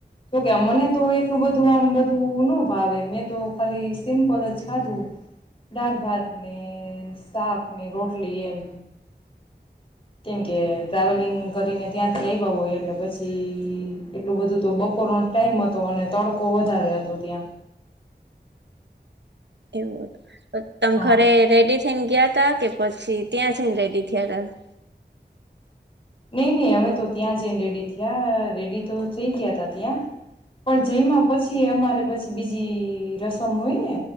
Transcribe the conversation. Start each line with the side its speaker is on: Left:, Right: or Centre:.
Left: જોકે મને તો એટલું બધું. બધું આમ બધું ન ભાવે મેં તો ખાલી સિમ્પલ જ ખાધું. ડાર ભાત ને. શાક ની રોટલી એમ કેમ કે ટ્રાવેલિંગ કરીને. ત્યાંથી આવ્યા હોય એટલે પછી એટલું બધું તો બપોરનો ટાઈમ હતો અને તડકો વધારે હતો ત્યાં.
Right: એવું હતું તમે
Left: હા
Right: ઘરે રેડી. થઈને ગયા તા કે પછી ત્યાં જઈને રેડી થયા ત.
Left: નહી નહી અમે તો ત્યાં જઈને રેડી થયા રેડી તો થઈ ગયા તા ત્યાં. પણ જઈમાં પછી અમારે. રે પછી બીજી રસમ હોય ને